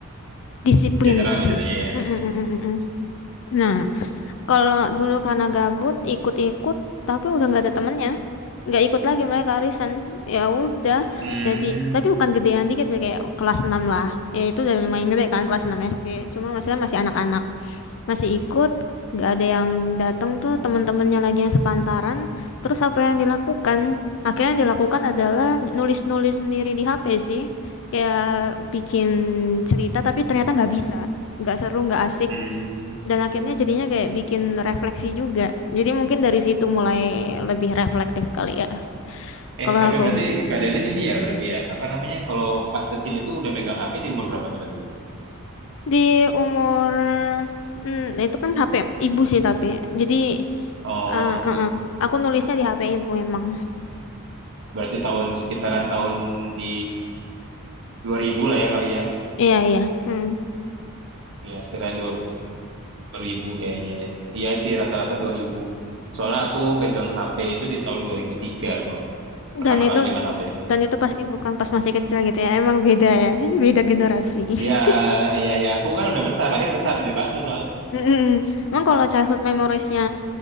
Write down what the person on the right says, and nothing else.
general
jatuhnya ya.
Hmm,
hmm.
Eh,
tapi
berarti Kak Delin ini ya berarti ya, apa namanya, kalau pas kecil itu udah megang HP di umur berapa tuh berarti?
Oh,
berarti tahun sekitaran tahun di 2000 lah ya kali ya.
Iya, sekitaran 2000 kayaknya deh. Iya sih rata-rata 2000. Soalnya aku pegang HP itu di tahun 2003 kalau nggak salah. Pertama
kali pegang HP.
Iya, iya, ya. Aku kan udah besar, lahir besar dari Batu soalnya.